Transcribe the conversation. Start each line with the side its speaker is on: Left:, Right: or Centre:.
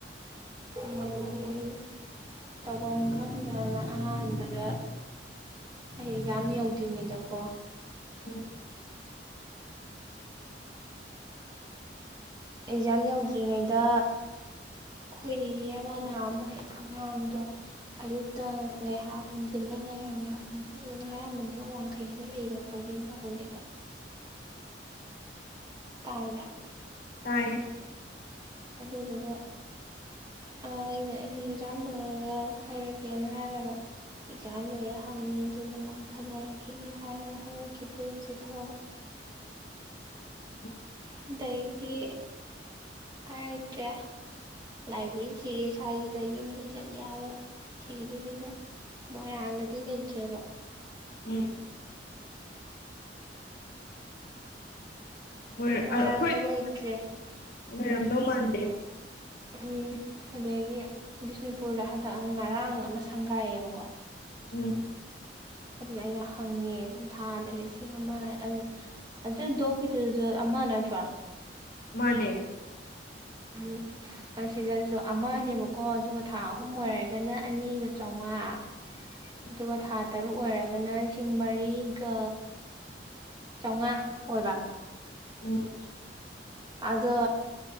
Right: ꯃꯪꯉꯨꯔ‌ꯦ ꯇꯧꯕꯝ ꯈꯪꯗꯔ‌ꯦ ꯍꯥꯏꯕ ꯑꯍꯥꯟꯕꯗ ꯑꯩ ꯑꯦꯛꯖꯥꯝ ꯌꯧꯗ꯭ꯔꯤꯉꯩꯗꯀꯣ
Left: ꯑꯣ
Right: ꯑꯦꯛꯖꯥꯝ ꯌꯧꯗ꯭ꯔꯤꯉꯩꯗ ꯑꯩꯈꯣꯏꯅꯤꯅꯦ ꯑꯃꯅ ꯅꯍꯥꯟ ꯃꯣꯏ ꯑꯉꯥꯡꯗꯣ ꯑꯌꯨꯛꯇ ꯉꯥꯏꯍꯥꯛ ꯅꯨꯡꯊꯤꯟꯗ ꯉꯥꯏꯍꯥꯛ ꯉꯥꯏꯍꯥꯛ ꯉꯥꯛꯄꯤꯌꯨꯅ ꯍꯥꯏꯔꯝꯕꯅꯦ ꯋꯥꯡ ꯈꯩꯗ ꯂꯩꯕ ꯕꯣꯔꯗꯤꯡ ꯇꯧꯕꯅꯦꯕ ꯇꯥꯕ꯭ꯔꯥ
Left: ꯇꯥꯏ
Right: ꯑꯗꯨꯗꯨꯒ ꯑ ꯑꯩꯅ ꯑꯩꯅ ꯑꯦꯛꯖꯥꯝ ꯂꯣꯏꯔꯒ ꯍꯥꯏꯔꯛꯒꯦꯅ ꯍꯥꯏꯔꯔꯒ ꯑꯦꯛꯖꯥꯝ ꯂꯣꯏꯔ ꯍꯪꯉꯤ ꯑꯗꯨꯅ ꯃꯣꯏ ꯈꯟꯅꯔꯛꯈꯤꯒꯦꯔ ꯍꯥꯏꯔꯛꯈꯤꯗ꯭ꯔꯦ ꯍꯧꯖꯤꯛꯐꯥꯎ
Left: ꯎꯝ
Right: ꯑꯗꯒꯤ ꯍꯥꯏꯔꯛꯇ꯭ꯔꯦ ꯂꯥꯏꯕ꯭ꯔꯦꯔꯤ ꯊꯤꯔ ꯁ꯭ꯋꯥꯏꯁꯤꯗ ꯌꯨꯝꯗ ꯍ ꯆꯠ ꯌꯥꯕ ꯊꯤꯕꯁꯤꯗ ꯃꯣꯏꯔꯥꯡꯗꯗꯤ ꯂꯩꯇ꯭ꯔꯦꯕ
Left: ꯎꯝ ꯃ‌ꯣꯏ
Right: ꯃꯣꯏꯔꯥꯡꯗ
Left: ꯑꯩꯈꯣꯏ ꯑꯗꯣꯄꯗꯤ
Right: ꯂꯩꯇ꯭ꯔꯦ
Left: ꯂꯩꯔꯝꯗꯧ ꯃꯥꯟꯗꯦ
Right: ꯎꯝ ꯑꯗꯒꯤ ꯕꯤꯁꯅꯨꯄꯨꯔꯗ ꯍꯟꯗꯛ ꯉꯔꯥꯡ ꯑꯃ ꯁꯪꯒꯥꯏꯌꯦꯕꯀꯣ
Left: ꯎꯝ
Right: ꯑꯗꯨꯗ ꯑꯩꯅ ꯍꯪꯉꯦ ꯑꯗ ꯊꯥꯗ ꯂꯤꯁꯤꯡ ꯑꯃ ꯑꯗꯨꯅ ꯑꯗꯨ ꯗꯣꯛ ꯄꯤꯗꯨꯁꯨ ꯑꯃ ꯅꯠꯇ꯭ꯔꯣ
Left: ꯃꯅꯦ
Right: ꯎꯝ ꯑꯁꯤꯗꯁꯨ ꯑꯃꯅꯦꯕꯀꯣ ꯑꯗꯨꯒ ꯊꯥ ꯑꯍꯨꯝ ꯑꯣꯏꯔꯒꯅ ꯑꯅꯤꯒ ꯆꯥꯝꯃꯉꯥ
Left: <unintelligible>
Right: ꯇꯒ ꯊꯥ ꯇꯔꯨꯛ ꯑꯣꯏꯔꯒꯅ ꯂꯤꯁꯤꯡ ꯃꯔꯤꯒ ꯆꯥꯝꯃꯉꯥ ꯑꯣꯏꯕ
Left: ꯎꯝ
Right: ꯑꯗꯣ